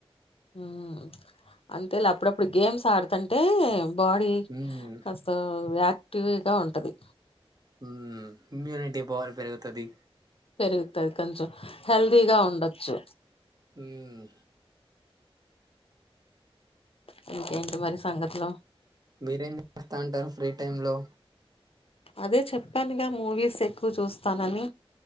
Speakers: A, on the left; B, on the right.
A: ఊహు. అంతేలా అప్పుడప్పుడు గేమ్స్ ఆడతుంటే బాడీ
B: మ్మ్
A: కాస్త యాక్టివ్గా ఉంటది.
B: ఉమ్ ఇమ్యూనిటీ పవర్ పెరుగుతది.
A: పెరుగుతది కొంచెం హెల్దీగా ఉండొచ్చు.
B: హ్మ్
A: అది ఇకేంటి మరి సంగత్లు
B: మీరేం చేస్తా ఉంటారు ఫ్రీ టైమ్ లో
A: అదే చెప్పానుగా మూవీస్ ఎక్కువ చూస్తానని